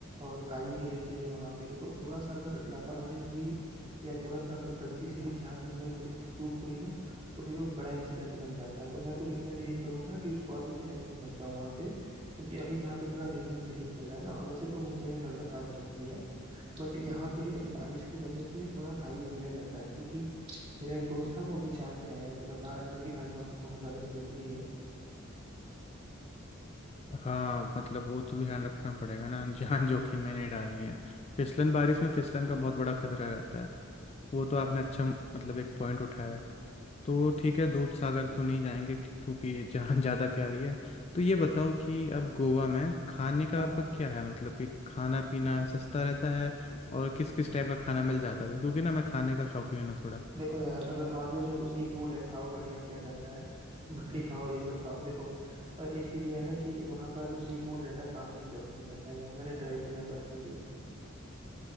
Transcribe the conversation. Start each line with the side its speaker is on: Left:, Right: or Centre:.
Right: और काई भी रहती है वहाँ पे तो थोड़ा सा अगर लापरवाही हुई या थोड़ा सा अगर गलती से भी ध्यान में थोड़ी सी चूक हुई ना तो फिर वो बड़ा इंसिडेंट बन जाता है तो मैं तो रिकमेंड यही करूंगा कि उसको अभी के टाइम पे मत जाओ वहाँ पे क्योंकि अभी यहाँ पे थोड़ा रेनिंग सीजन चल रहा है ना और वैसे तो मुंबई में हरदम बारिश होती है बट यहाँ पे बारिश की वजह से थोड़ा काई वगैरह ज्यादा है क्योंकि मेरा एक दोस्त था वो अभी जाके आया है तो बता रहा था कि भाई वहाँ पे बहुत ज्यादा स्लिपरी है
Left: हाँ मतलब वो तो ध्यान रखना पड़ेगा ना जान जोखिम में नहीं डालनी है फिसलन बारिश में फिसलन का बहुत बड़ा खतरा रहता है वो तो आपने अच्छा मतलब एक पॉइंट उठाया है तो ठीक है दूध सागर तो नहीं जाएंगे क्यो- क्योंकि जहाँ ज़्यादा <laughs> प्यारी है तो ये बताओ कि अब गोवा में खाने का
Right: हाँ
Left: आपका
Right: हाँ
Left: क्या है मतलब कि खाना पीना सस्ता रहता है और किस किस टाइप का खाना मिल जाता है क्योंकि ना मैं खाने का शौकीन हूँ थोड़ा
Right: देखो यार अगर नॉनवेज हो तो सी फूड है खाओ बढ़िया क्या करना है बकरी खाओ ये सब खाओ देखो पर एक चीज ये है ना कि वहाँ का जो सी फूड रहता है काफी इंटरेस्टिंग रहता है यार मैंने ट्राई किया पर्सनली